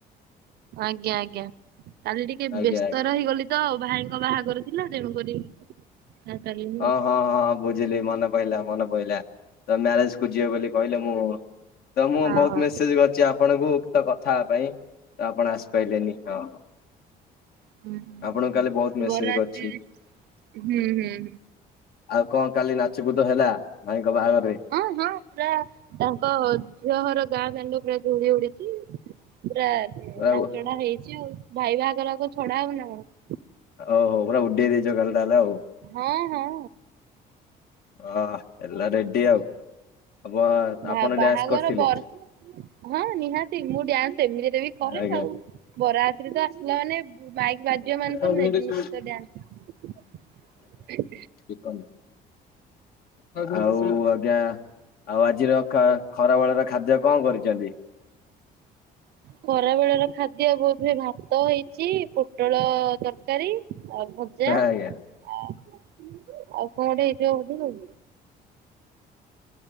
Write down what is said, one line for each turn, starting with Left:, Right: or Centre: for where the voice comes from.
Right: ଆଜ୍ଞା ଆଜ୍ଞା। କାଲି ଟିକିଏ
Left: ଆଜ୍ଞା
Right: ବ୍ୟସ୍ତ ରହିଗଲି -- ତ ଭାଇଙ୍କ ବାହାଘର ଥିଲା ତେଣୁକରି <unintelligible>
Left: ହଁ ହଁ ହଁ ବୁଝିଲି। ମନେ ପଇଲା ମନେ ପଇଲା ତ ମ୍ୟାରେଜକୁ ଯିବେ ବୋଲି କହିଲେ ମୁଁ ତ ମୁଁ
Right: ଆଉ।
Left: ବୋହୁତ ମେସେଜ କରିଛି ଆପଣଙ୍କୁ ଉକ୍ତ କଥା ହଵାପାଇଁ ତ ଆପଣ ଆସିପାଇଲେନି ହଁ
Right: ହଁ ହୁଁ
Left: ଆପଣଙ୍କୁ କାଲି ବହୁତ ମେସେଜ
Right: ବରରାତ୍ରିରେ
Left: କରିଛି।
Right: ହୁଁ ହୁଁ।
Left: ଆଉ କଣ କାଲି ନାଚକୁଦ ହେଲା ଭାଇଙ୍କ ବାହାଘରରେ?
Right: ହଁ ହଁ ପୁରା ତାଙ୍କ ଝିଅ ଘର ଗାଁ ଦାଣ୍ଡ ପୁରା ଧୂଳି ଉଡିଚି। ପୁରା
Left: ପୁରା
Right: ନାଚଡା ହେଇଚି। ଭାଇ ବାହାଘରକୁ ଛଡା ହଵ ନା କଣ?
Left: ଆଉ ପୁରା ଉଡେଇ ଦେଇଚ କାଲି ତାହେଲେ ଆଉ।
Right: ହଁ ହଁ।
Left: ଅଆ ଏଲା ରେଡି ଆଉ। ଆପ
Right: ବା
Left: ଆପଣ
Right: ବାହାଘର
Left: ଡ୍ୟାନ୍ସ କରିଥିଲେ
Right: ପର ହଁ ନିହାତି ମୁଁ ଡ୍ୟାନ୍ସ ଏମିଡେରେ ବି କରେ
Left: ଆଜ୍ଞା।
Right: ଆଉ ବର ଯାତ୍ରୀତ ଆସିଲା ମାନେ ମାଇକି ବାଜିବ ମାନେ ତ
Left: ଆଜ୍ଞା ଆଜ୍ଞା।
Right: ନି ନିଶ୍ଚିତ ଡ୍ୟାନ୍ସ
Left: କିଏ କହିଲା। <unintelligible> ଆଉ ଆଜ୍ଞା ଆଉ ଆଜିର ଖା ଖରା ବେଳରେ ଖାଦ୍ୟ କଣ କରିଚନ୍ତି?
Right: ଖରାବେଳର ଖାଦ୍ୟ ବୋଧହୁଏ ଭା ଭାତ ହେଇଛି ପୋଟଳ ତର୍କାରୀ ଆଉ ଭଜା।
Left: ଆଜ୍ଞା
Right: ଅଁ ଆଉ ଉପମା ଟିଏ ହେଇଥିବ ବୋଧେ ଆଉ।